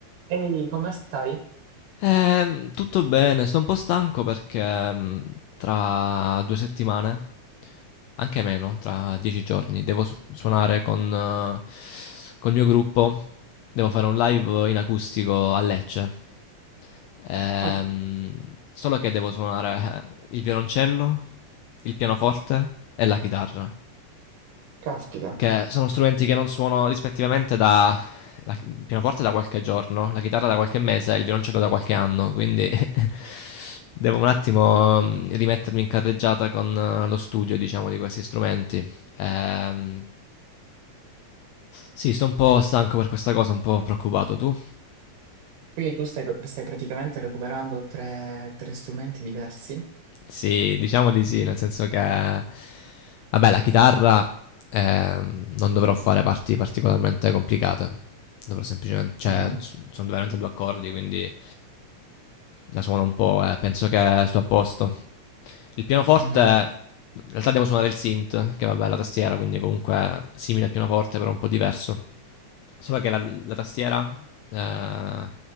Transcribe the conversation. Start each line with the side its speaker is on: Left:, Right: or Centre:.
Right: Ehi, come stai?
Left: Ehm, tutto bene, sto un po' stanco perché mh, tra due settimane, anche meno, tra dieci giorni, devo su- suonare con, eh, col mio gruppo. Devo fare un live in acustico a Lecce. Ehm,
Right: Ah,
Left: solo che devo suonare eh, il violoncello, il pianoforte e la chitarra
Right: caspita.
Left: che sono strumenti che non suono rispettivamente da la, il pianoforte da qualche giorno, la chitarra da qualche mese e il violoncello da qualche anno, quindi <laughs> devo un attimo mm, rimettermi in carreggiata con eh, lo studio, diciamo, di questi strumenti. Ehm, sì, sto un po' stanco per questa cosa, un po' preoccupato tu.
Right: Quindi tu stai, stai praticamente recuperando tre, tre strumenti diversi?
Left: Sì, diciamo di sì, nel senso che, vabbè, la chitarra ehm, non dovrò fare parti particolarmente complicate, dovrò semplicemente, cioè,
Right: Mhm,
Left: s- sono veramente due accordi, quindi la suono un po', eh, penso che sto a posto. Il pianoforte,
Right: mhm,
Left: in realtà devo suonare il synth, che vabbè è la tastiera, quindi comunque è simile al pianoforte, però un po' diverso. Solo che la, la tastiera eh,